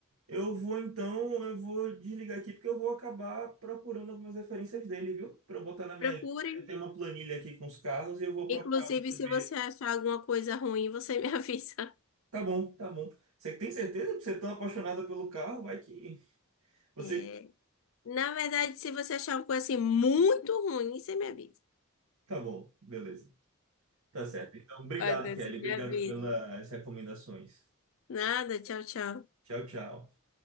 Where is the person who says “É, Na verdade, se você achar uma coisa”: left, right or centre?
Left